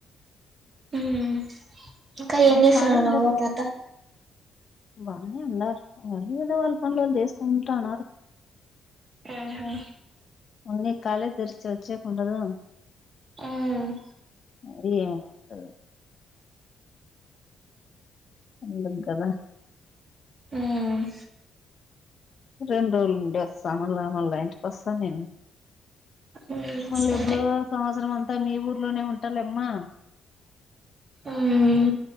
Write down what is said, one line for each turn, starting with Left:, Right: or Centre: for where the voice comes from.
Right: ఊమ్ ఇంక ఎంజేస్తున్నారు
Left: నీకు కాలేజ్
Right: అవ్వ
Left: తెరి
Right: తాత
Left: బానే ఉన్నారు వాళ్ళ ఏదో వాళ్ళ పనులు చేసుకుంటా ఉన్నారు
Right: ఆహా
Left: ఉండని కాలజ్ తేరిచ వచ్చేకి ఉండదు <inaudible>
Right: ఊమ్
Left: అడిగాం అత్తలే ఉండలేం కదా
Right: ఊమ్
Left: రెండు రోజులుండె వస్తా మళ్ళా మళ్ళా ఇంటికి వస్తా నేను
Right: ఉమ్
Left: మళ్ళ
Right: సరే
Left: ఎప్పుడో సంవత్సరం అంత సరే మీ ఊర్లోనే ఉంటాలమ్మా
Right: ఉమ్